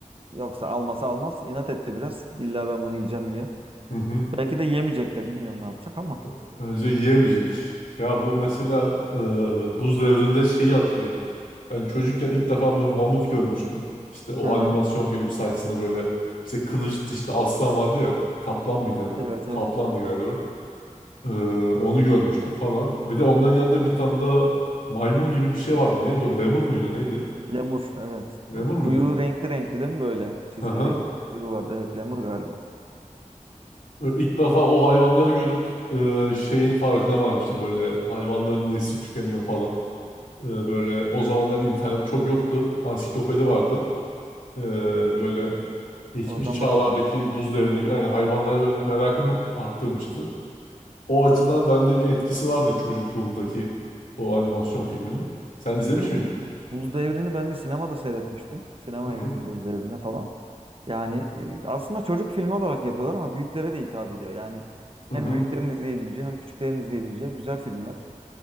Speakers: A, on the right; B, on the left.
A: Yoksa almasa almaz inat etti biraz. İlla ben bunu yiyeceğim diye.
B: Hı hı.
A: Belki de yemeyecek de bilmiyorum ne yapacak ama.
B: B- Bence yiyemeyecek. Ya bu mesela e, buz devrinde şeyi hatırlıyorum. Ben çocukken ilk defa bir mamut görmüştüm. İşte o
A: Hı hı.
B: animasyon filmi sayesinde böyle işte kılıç dişli aslan vardı ya. Kaplan mıydı ya da?
A: Evet
B: Kaplandı
A: evet.
B: galiba. E, onu görmüştüm falan. Bir de onların yanında bir tane da maymun gibi bir şey vardı. Neydi o? Lemur muydu? Neydi?
A: Lemur evet.
B: Lemur muydu?
A: Kuyruğu renkli renkli değil mi böyle? Çizgili
B: Hı hı.
A: kuyruğu vardı. Evet lemur galiba.
B: Böyle ilk defa o hayvanları görüp e, şeyin farkına varmıştım. Böyle hayvanların nesli tükeniyor falan. Ee, Böyle o zamanlar internet çok yoktu. Ansiklopedi vardı. Ee, Böyle geçmiş
A: Oradan
B: çağlardaki
A: bakıyordum.
B: buz devrindeki aynı hayvanlara böyle bir merakım arttırmıştı. O açıdan bende bir etkisi vardı çocukluğumdaki o animasyon filminin. Sen izlemiş miydin?
A: Bu- Buz Devri'ni ben de sinemada seyretmiştim. Sinemaya
B: Hı hı.
A: gittim Buz Devri'ne falan. Yani e, aslında çocuk filmi olarak yapıyorlar ama büyüklere de hitap ediyor. Yani
B: Hı
A: hem
B: hı.
A: büyüklerin izleyebileceği hem küçüklerin izleyebileceği güzel filmler.